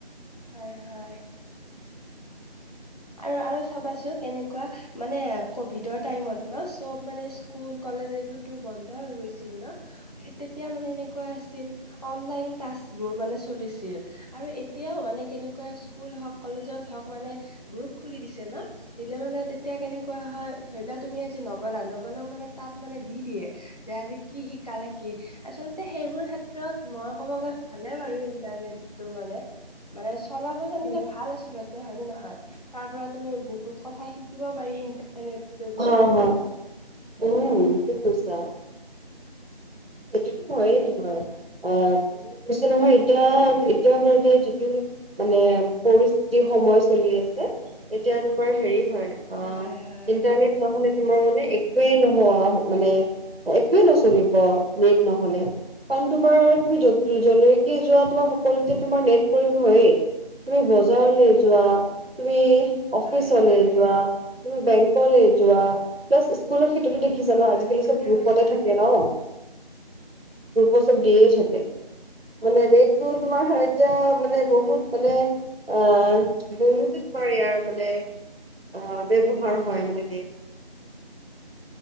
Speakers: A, on the left; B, on the right.
A: হয়, হয়। আৰু, আৰু চাবাচোন কেনেকুৱা মানে কভিডৰ টাইমত ন, চব মানে স্কুল, কলেজ এইবোৰতো বন্ধ হৈ গৈছিল ন। তেতিয়া মানে এনেকুৱা আছিল, অনলাইন ক্লাছবোৰ মানে চলিছিল। আৰু এতিয়াও মানে, কেনেকুৱা স্কুল হওঁক, কলেজত হওঁক মানে গ্ৰুপ খুলি দিছে ন। দিলে মানে তেতিয়া কেনেকুৱা হয়, ধৰি লোৱা তুমি আজি নগ'লা নগ'লেও মানে তাত মানে দি দিয়ে। পিছে আজি কি শিকালে কি? আচলতে সেইবোৰ ক্ষেত্ৰত মই ক'ব গ'লে ভালে বাৰু ইন্টাৰনেটটো মানে। মানে চলাব জানিলে
B: উম
A: ভাল আচলতে হয়নে নহয়? তাৰ পৰা তুমি বহুত কথা শিকিব পাৰি কিন্তু। ইন্টাৰনেটটোত।
B: অহ, হ। উম, ঠিক কৈছা। সেইটোতো হয়ে তোমাৰ অহ, কৈছো নহয় এতিয়া এতিয়া আচলতে যিটো মানে পৰিস্থিতি সময় চলি আছে। এতিয়া তোমাৰ হেৰি হয় অহ,
A: হয় হয়
B: ইণ্টাৰনেট নহ'লে তোমাৰ মানে একোৱে নোহোৱা মানে, একোৱে নচলিব নেট নহ'লে। কাৰণ তোমাৰ তুমি যতে-যলৈকে যোৱা তোমাৰ সকলোতে তোমাৰ নেট প্ৰয়োগ হৈয়ে। তুমি বজাৰলে যোৱা, তুমি অফিচলৈ
A: হয় হয়
B: যোৱা, তুমি বেংকলৈ যোৱা, ক্লাছ স্কুলৰ ক্ষেত্ৰতো দেখি দেখি
A: হয়
B: যাবা
A: হয়
B: আজিকালি
A: ঠিক কথা
B: চব গ্ৰুপতে
A: কৈছা
B: থাকে ন'। গ্ৰুপত চব দিয়ে থাকে। মানে নেটটো তোমাৰ এতিয়া মানে বহুত মানে অহ, বহুতে ধৰ ইয়াৰ মানে অহ, ব্যৱহাৰ হয় মানে।